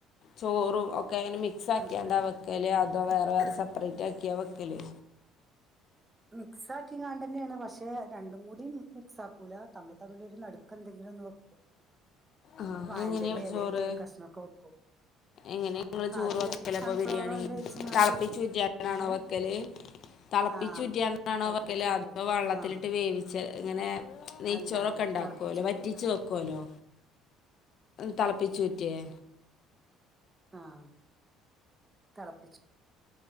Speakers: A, on the left (about 55°); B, on the right (about 20°).
A: ചോറും ക്ക അന് മിക്സ് ആക്കിയാണ്ടാ
B: അത്
A: വയ്ക്കല് അതോ വേറെ വേറെ സെപ്പറേറ്റ് ആക്കിയാ വയ്ക്കല്
B: മിക്സ് ആക്കിങ്ങാണ്ട തന്നെയാണ് പക്ഷെ രണ്ടും കൂടി മിക്സ് ആക്കും ല തമ്മ തമ്മിൽഒരു നടുക്ക എന്തെങ്കിലുംന്ന് വെക്കും
A: ആഹ്
B: വാഴേന്റെ
A: എങ്ങനെയാ
B: ഇല അല്ലെ
A: ചോറ്
B: ഒരു തുണി കഷ്ണംമൊക്കെ വെക്കും
A: എങ്ങനെ നിങ്ങള് ചോറ്
B: അത്
A: വയ്ക്കല
B: സൺഫ്ലവർ
A: അപ്പൊ ബിരിയാണി
B: ഓയിൽ ഒഴിച്ച്ങ്ങാണ്ട്
A: തിളപ്പിച്ചു ഊറ്റിയണോ
B: ഏഹ്
A: വയ്ക്കല് തിളപ്പിച്ചുറ്റിയാണോ
B: ആഹ് തിളപ്പിച്ചൂറ്റും
A: വക്കല് അത വെള്ളത്തിലിട്ട്
B: ആഹ്
A: വേവിച്ച എങ്ങനെ നെയ്ച്ചോറൊക്കെ
B: അല്ല അല്ല
A: ഉണ്ടാക്കുവല്ലോ
B: തിളപ്പിച്ചൂറ്റും
A: വറ്റിച്ചു വെക്കുവല്ലോ തിളപ്പിച്ചുറ്റിയെ
B: ആഹ തിളപ്പിച്ച